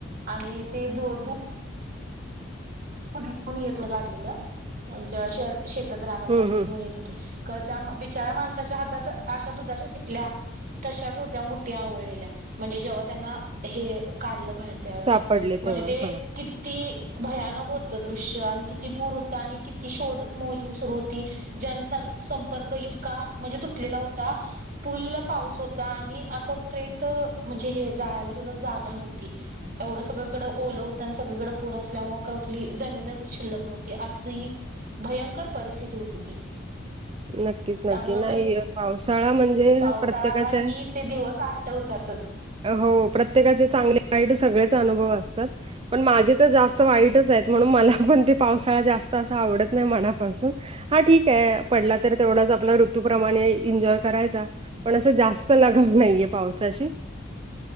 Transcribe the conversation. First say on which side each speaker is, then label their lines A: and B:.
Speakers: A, on the right; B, on the right.
A: आणि ते द-दु दूध घेऊन येत होते काढलेलं, शेतात रान होत
B: हम्म
A: आणि
B: हम्म
A: ते घेऊन येत होते. खरं त्या बिचाऱ्या माणसाच्या हातात अशा दुधाच्या किटल्या तशाच होत्या, मुठ्या आवळलेल्या म्हणजे जेव्हा त्यांना हे काढलं बाहेर. त्यावेळा
B: सापडले
A: म्हणजे
B: तेव्हा
A: ते
B: हा
A: किती भयानक होत दृश्य आणि किती पूर होता, आणि किती शोध मोहीम सुरू होती. जनसंपर्क इतका म्हणजे तुटलेला होता. पूल्ल पाऊस होता आणि असं प्रेत म्हणजे, हे जाळायला सुद्धा जागा नव्हती. एवढं सगळीकडें ओलं हूतं आणि सगळीकडे पुर असल्यामुळ का पली जमीनच शिल्लक नव्हती अस ही भयंकर परिस्थिती हूती ती.
B: नक्कीच नक्की
A: त्यामुळे
B: नाही
A: ते
B: य पावसाळा म्हणजे
A: पावसाळा
B: प्रत्येकाच्या
A: आला की ते दिवस आठवत्यातच
B: हो, प्रत्येकाचे चांगले वाईट सगळेच अनुभव असतात. पण माझी तर जास्त वाईटच आहेत, म्हणून मला पण ती पावसाळा जास्त असं आवडत नाही मनापासून. हा, ठीक आहे पडला तर तेवढाच आपला ऋतूप्रमाणे एन्जॉय करायचा. पण असं जास्त लगाव नाहीये पावसाशी.